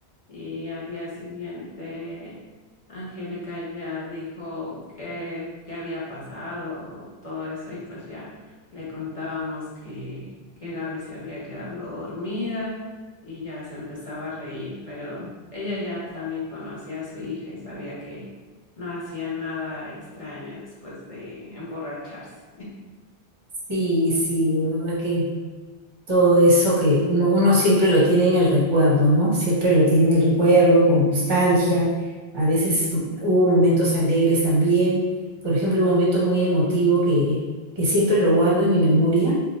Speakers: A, on the left; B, on the right.
A: y al día siguiente Angélica ya dijo que, qué había pasado, todo eso y pues ya le contábamos que, que Gaby se había quedado dormida y ya se empezaba a reír, pero ella ya también conocía a su hija y sabía que no hacía nada extraño después de emborracharse.
B: Sí, sí, de verdad que. todo eso que uno, uno siempre lo tiene en el recuerdo, ¿no? Siempre lo tiene en el recuerdo, con nostalgia. A veces mm, hubo momentos alegres también. Por ejemplo, un momento muy emotivo que, que siempre lo guardo en mi memoria